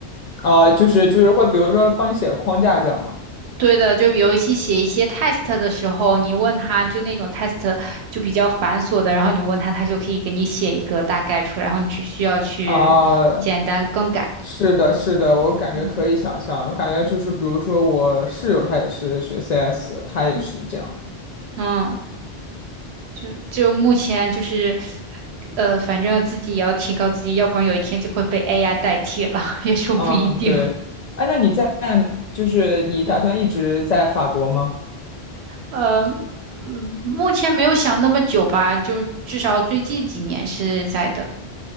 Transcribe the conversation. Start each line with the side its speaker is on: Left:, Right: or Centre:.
Left: 啊，就是就是会比如说帮你写个框架这样嘛
Right: 对的。就尤其写一些 test 的时候，你问他就那种 test 就比较繁琐的，然后你问他，他就可以给你写一个大概出来，然后你只需要去简单更改。
Left: 啊，是的，是的，我感觉可以想象，
Right: 嗯
Left: 我感觉就是比如说我室友他也是学 CS，他也是这样，
Right: 嗯，嗯。就就目前就是，呃，反正自己也要提高自己，要不然有一天就会被 AI 代替了，<laughs> 也说不一定。
Left: 嗯，对，哎，那你在就是你打算一直在法国吗？
Right: 呃，嗯，目前没有想那么久吧，就至少最近几年是在的。